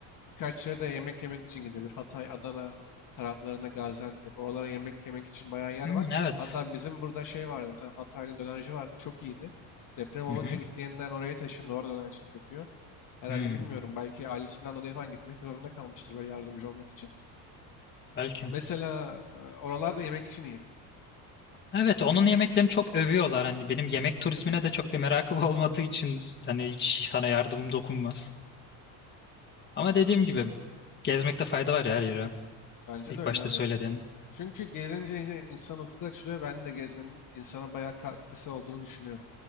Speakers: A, on the left; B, on the left.
A: birkaç yere de yemek yemek için gidilebilir. Hatay, Adana taraflarına Gaziantep. Oralara yemek yemek için bayağı yer
B: Hmm,
A: var.
B: evet.
A: Hatta bizim burada şey vardı. Bir tane Hataylı dönerci vardı. Çok iyiydi. Deprem olunca
B: Hı hı.
A: gittiğinden oraya taşındı. Orada dönercilik yapıyor. Herhalde
B: Hmm,
A: bilmiyorum. Belki ailesinden dolayı falan gitmek zorunda kalmıştır böyle yardımcı olmak için.
B: belki.
A: Mesela e, oralarda yemek için iyi.
B: Evet, onun yemeklerini çok övüyorlar. Hani benim yemek turizmine de çok bir merakım <laughs> olmadığı için hani hiç sana yardımım dokunmaz. Ama dediğim gibi gezmekte fayda var ya her yere.
A: Bence
B: İlk
A: de öyle
B: başta
A: abi.
B: söyledin.
A: Çünkü gezince in- insan ufku açılıyor. Ben de gezmenin insana bayağı katkısı olduğunu düşünüyorum.